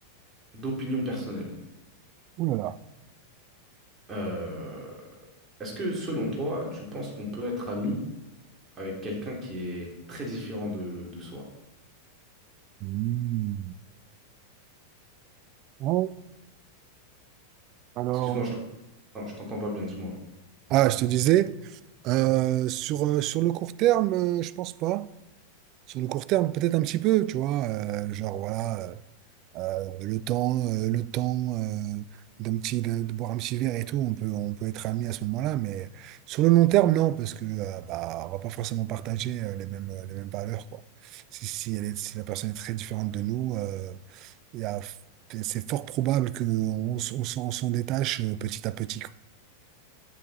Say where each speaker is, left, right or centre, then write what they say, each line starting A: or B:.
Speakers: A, on the right (about 20°); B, on the right (about 40°).
A: d'opinion personnelle.
B: Ouh là là.
A: Euh, est-ce que selon toi, tu penses qu'on peut être ami avec quelqu'un qui est très différent de, de soi.
B: Hmm. Bon, alors,
A: Excuse-moi, je t'entends je t'entends pas bien, dis-moi.
B: Ah, je te disais, euh, sur, euh, sur le court terme, euh, je pense pas. Sur le court terme, peut-être un petit peu, tu vois, euh, genre voilà, euh, euh, le temps, euh, le temps euh, d'un petit, de, de boire un petit verre et tout, on peut, on peut être amis à ce moment-là, mais sur le long terme, non, parce que euh, bah, on va pas forcément partager euh, les mêmes, les mêmes valeurs, quoi. Si, si, elle est- si la personne est très différente de nous, euh, il y a- c'est fort probable qu'on on, s- on s'en on s'en détache euh, petit à petit, quoi,